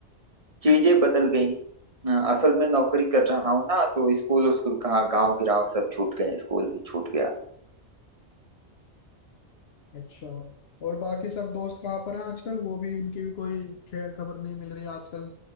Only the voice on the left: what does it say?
अच्छा और बाकी सब दोस्त कहाँ पर हैं आजकल वो भी उनकी भी कोई खैर खबर नहीं मिल रही आजकल